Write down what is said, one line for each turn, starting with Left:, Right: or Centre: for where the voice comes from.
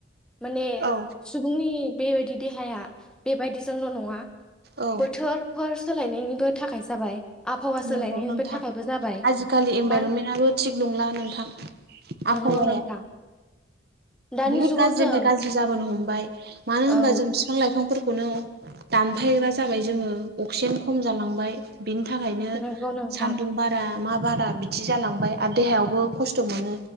Centre: माने
Right: औ
Centre: सुबुंनि बेबायदि देहाया बेबायदिजोंल' नङा
Right: औ
Centre: बोथोरफोर सोलायनायनिबो थाखाय जाबाय। आबहावा सोलायनायनिबो
Right: नंगौ नोंथां
Centre: थाखायबो जाबाय
Right: आजिखालि इनभाइरनमेन्टआबो
Centre: मान
Right: थिग नंला नोंथां। आबहावाया
Centre: नोंगौ नोंथां। दानि
Right: बुहुत
Centre: जुगाव
Right: गाज्रिनिफ्राय
Centre: जों
Right: गाज्रि जाबोनो हमबाय मानो होनबा
Centre: औ
Right: जों बिफां-लाइफांफोरखौनो दानफायग्रा जाबाय जोङो अक्सिजेन खम जालांबाय। बिनि थाखायनो
Centre: नंगौ नोंथां
Right: सान्दुं बा मा बारा बिदि जालांबाय आरो देहायावबो खस्थ' मोनो।